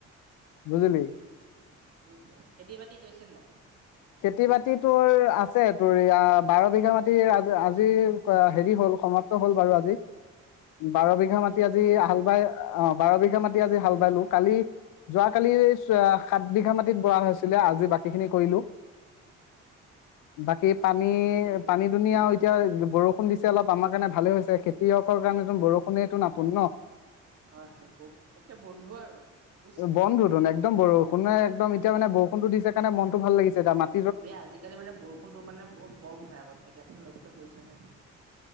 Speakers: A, on the left; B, on the right.
A: বুজিলি
B: বুছ খেতি বাতি কৈছে নাই
A: খেতি বাতি তোৰ আছে তোৰ বাৰ বিঘা মাটিৰ আজি হেৰি হ'ল সমাপ্ত হল বাৰু আজি বাৰ বিঘা মাতি আজি হাল বাই অ বাৰ বিঘা মাটি আজি হাল বাইলো কালি যোৱা কালি সাত বিঘা মাটিতৰ হৈছে আজি বাকী খিনি কৰিলো বাকী পানী
B: ঠিকে ঠিকে
A: পানী
B: ঠিকে।
A: দুন আৰু এতিয়া বৰষুণ দিছে অলপ আমাৰ কাৰণে ভালে হৈছে খেতিয়কৰ কাৰণ বৰষুণটো নাপোন ন
B: হয় হয় একে বন্ধু আৰু এইটো বুজিছে
A: বন্ধুতোন একদম বৰষুণে একদম এতিয়া মানে ব টো দিছে কাৰণে মনটো ভাল লাগিছে য মাত
B: এই আজিকালি মানে বৰষুণতো মানে বহুত কম হয় আগত থাকে আপুনি লক্ষ্য কৰিছেনেে